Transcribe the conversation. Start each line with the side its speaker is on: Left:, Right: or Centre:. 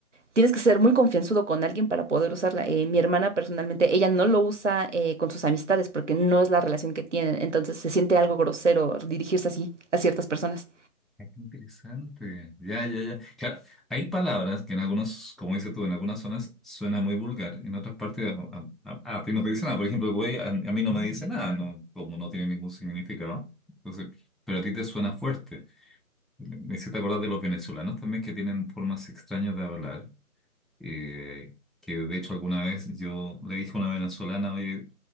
Right: tienes que ser muy confianzudo con alguien para poder usarla. Eh, mi hermana personalmente, ella no lo usa eh, con sus amistades porque no es la relación que tienen, entonces se siente algo grosero dirigirse así a ciertas personas.
Centre: Ah, Qué interesante. Ya, ya, ya. Claro, hay palabras que en algunos, como dices tú, en algunas zonas suena muy vulgar, en otras partes a, a- a- a ti no te dice nada. Por ejemplo, güey, a, a mí no me dice nada, no, como no tiene ningún significado. Entonces, pero a ti te suena fuerte. Me me hiciste acordar de los venezolanos también que tienen formas extrañas de hablar. eh, que de hecho alguna vez yo le dije a una venezolana, oye,